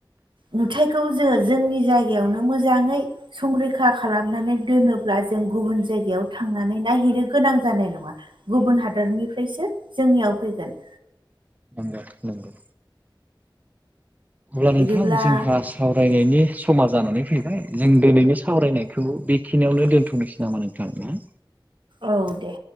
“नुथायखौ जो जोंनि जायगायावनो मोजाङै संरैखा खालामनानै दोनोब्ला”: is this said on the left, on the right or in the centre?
Right